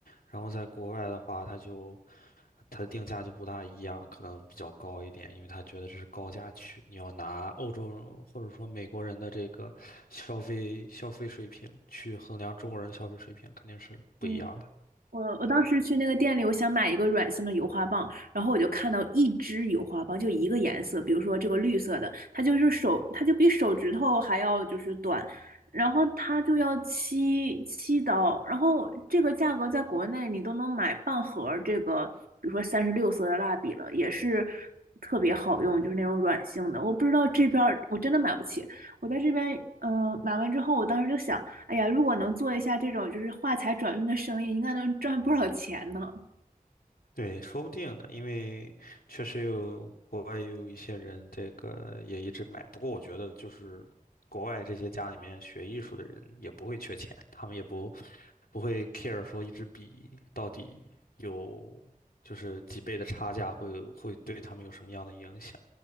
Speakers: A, on the left; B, on the right.
A: 然后在国外的话，他就他的定价就不大一样，可能比较高一点，因为他觉得这是高价区，你要拿欧洲人或者说美国人的这个消费消费水平去衡量中国人消费水平，肯定是不一样的。
B: 嗯，我我当时去那个店里，我想买一个软性的油画棒，然后我就看到一支油画棒，就一个颜色，比如说这个绿色的，它就是手，它就比手指头还要就是短，然后它就要七七刀，然后这个价格在国内你都能买半盒儿这个，比如说三十六色的蜡笔了，也是特别好用，就是那种软性的。我不知道这边儿我真的买不起，我在这边嗯、呃买完之后，我当时就想。哎呀，如果能做一下这种就是画材转运的生意，应该能赚不少钱呢。
A: 对，说不定呢，因为确实有国外有一些人，这个也一直买。不过我觉得，就是国外这些家里面学艺术的人也不会缺钱，他们也不不会 care 说一支笔到底有就是几倍的差价会会对他们有什么样的影响，